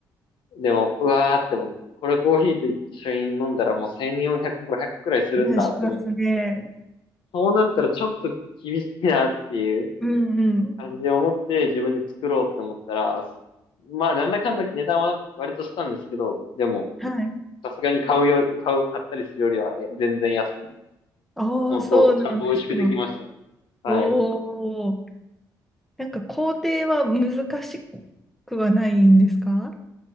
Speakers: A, on the left; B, in the centre.
A: でも、うわーって思って、これコーヒーと一緒に飲んだらもう1400、5くくらいするんだって思って、
B: いや、しますね。
A: そうなったらちょっと厳しいなっていう
B: うんうん。
A: 感じで思って自分で作ろうって思ったら、まあなんだかんだ値段は割としたんですけど、でも、
B: はい。
A: さすがに買うよ、買う、買ったりするよりはえ全然安く
B: ああ、
A: 本当ちゃんと美味しくできましたね。
B: そうなんですか。
A: はい。
B: おお、なんか工程は難しくはないんですか